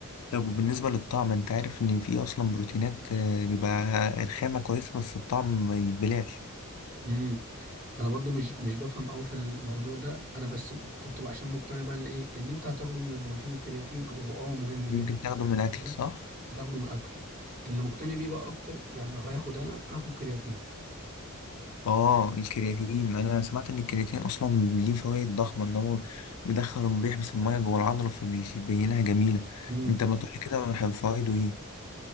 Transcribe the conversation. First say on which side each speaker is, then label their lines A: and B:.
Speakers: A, on the left (about 80°); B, on the right (about 40°).
A: طب وبالنسبه للطعم انت عارف ان في اصلا بروتينات آه، بيبقى الخامه كويسه بس الطعم ما يتبلعش
B: امم انا برضو مش مش بفهم قوي في الموضوع ده انا بس كنت عشان مقتنع بقى اللي ايه اللي انت هتاخده من البروتين والكرياتين هو اه مهم جدا
A: ممكن تاخده
B: وكل
A: من
B: حاجة
A: الاكل صح
B: هتاخده من الاكل اللي مقتنع بيه بقى اكتر يعني لو هياخد انا هاخد كرياتين
A: اه الكرياتين انا سمعت ان الكرياتين اصلا ليه فوائد ضخمه ان هو بيدخل وبيحبس الميه جوه العضله فبيبينها جميله
B: امم
A: انت ما تقولي كده فوائده ايه